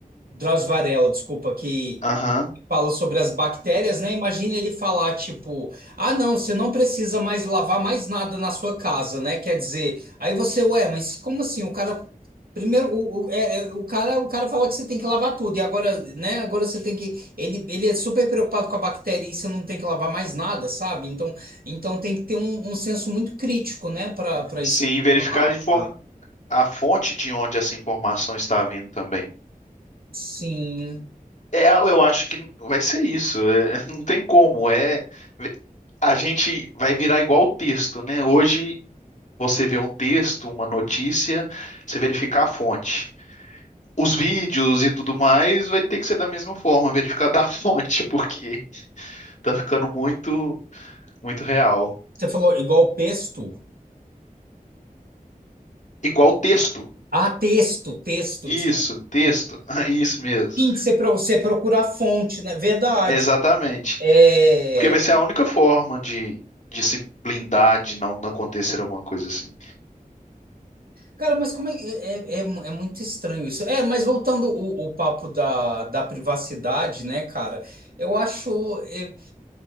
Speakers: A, on the right; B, on the left.
A: Drauzio Varela, desculpa, que
B: aham.
A: fala sobre as bactérias, né? Imagina ele falar tipo, ah, não, você não precisa mais lavar mais nada na sua casa, né? Quer dizer, aí você, ué, mas como assim? O cara primeiro, o, o, é, é, o cara, o cara fala que você tem que lavar tudo e agora, né? Agora você tem que, ele, ele é super preocupado com a bactéria e você não tem que lavar mais nada, sabe? Então, então tem que ter um, um senso muito crítico, né? Para para isso.
B: Sim, verificar
A: Ah,
B: de forma
A: ah,
B: a fonte de onde essa informação está vindo também.
A: Sim.
B: É, eu acho que vai ser isso. é, <laughs> não tem como. É a gente vai virar igual o texto, né? Hoje você vê um texto, uma notícia, você verificar a fonte. Os vídeos e tudo mais vai ter que ser da mesma forma, <laughs> verificar da fonte, porque tá ficando muito, muito real.
A: Você falou igual pesto.
B: Igual texto.
A: Ah, texto, texto,
B: Isso,
A: desculpa. desculpa.
B: texto. <laughs> Isso mesmo.
A: Tem que ser para você procurar fonte, né? Verdade.
B: É exatamente.
A: É...
B: Porque vai ser a única forma de, de se blindar de não não acontecer alguma coisa assim.
A: Cara, mas como é, que- é, é, é muito estranho isso. É, mas voltando o, o papo da, da privacidade, né, cara? Eu acho. é,